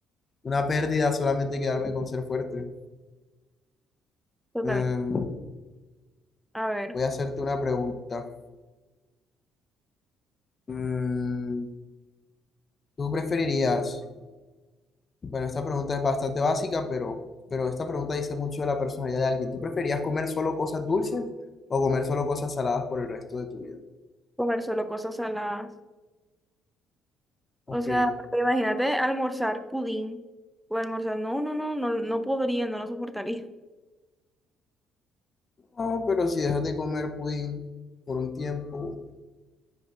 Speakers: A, on the left; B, in the centre.
A: una pérdida solamente quedarme con ser fuerte.
B: Total,
A: Em,
B: a ver,
A: voy a hacerte una pregunta. Mm, ¿tú preferirías? Bueno, esta pregunta es bastante básica, pero, pero esta pregunta dice mucho de la personalidad de alguien. ¿Tú preferías comer solo cosas dulces o comer solo cosas saladas por el resto de tu vida?
B: comer solo cosas saladas. O
A: Ok.
B: sea, imagínate almorzar pudín. O almorzar, no, no, no, no, no podría, no lo soportaría. <laughs>
A: No, pero si dejas de comer pudín por un tiempo,